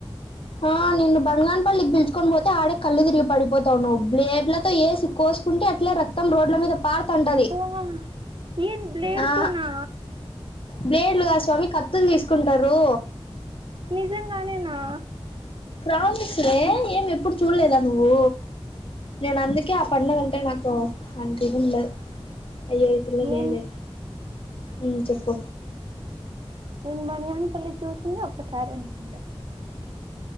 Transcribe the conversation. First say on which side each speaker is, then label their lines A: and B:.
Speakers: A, on the left (about 60°); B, on the right (about 55°).
A: ఆ నిన్ను బన్గన్పల్లికిిపిల్చుకొని పోతే ఆడే కళ్ళు తిరిగి పడిపోతావు నువ్వు బ్లేడ్లతో ఏసిక్క్కోసుకో కుంటే అట్లే రక్తం రోడ్ల మీద పార్తంటది
B: ఆ ఏంది బ్లేడుతోనా
A: ఆ బ్లేడ్లుగాద్ స్వామి క తుల్ తీసుకుంటారు
B: నిజంగానేనా
A: ప్రామిస్ వే ఎప్పుడు చూడలేదా నువ్వు నేను అందుకే ఆ పండగంటే నాకు అంత ఇది ఉండద్ అయ్యో యి పిల్ల
B: నేను
A: లేదే ఉమ్ చెప్పు
B: నేను బణగాన్పల్లి చూసింది ఒక్కసారి అనుకుంటా